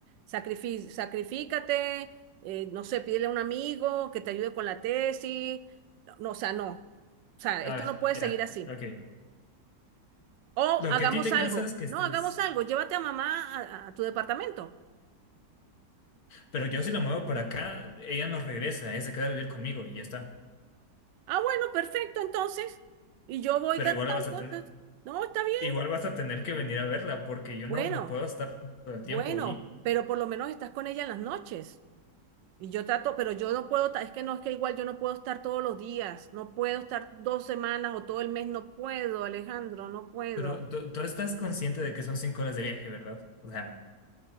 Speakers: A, on the right; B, on the left.
A: Sacrifi- sacrifícate, eh, no sé, pídele a un amigo que te ayude con la tesis. No, no, o sea, no. O sea,
B: a
A: esto
B: ver,
A: no puede
B: ya,
A: seguir así.
B: ok.
A: O
B: Lo
A: hagamos
B: que a ti te
A: algo.
B: cansa es que estés...
A: No, hagamos algo. Llévate a mamá a, a tu departamento.
B: Pero yo si la muevo para acá, ella no regresa, ¿eh? Se queda a vivir conmigo y ya está.
A: Ah, bueno, perfecto, entonces. Y yo voy
B: Pero
A: cada
B: igual
A: tanto.
B: la vas a tener,
A: entonces, No, está bien.
B: igual vas a tener que venir a verla porque yo
A: Bueno,
B: no, no puedo estar todo el tiempo
A: bueno,
B: ahí.
A: pero por lo menos estás con ella en las noches. Y yo trato, pero yo no puedo, ta- es que no, es que igual yo no puedo estar todos los días, no puedo estar dos semanas o todo el mes, no puedo, Alejandro, no puedo.
B: Pero tú, tú estás consciente de que son cinco horas de viaje, ¿verdad? O sea,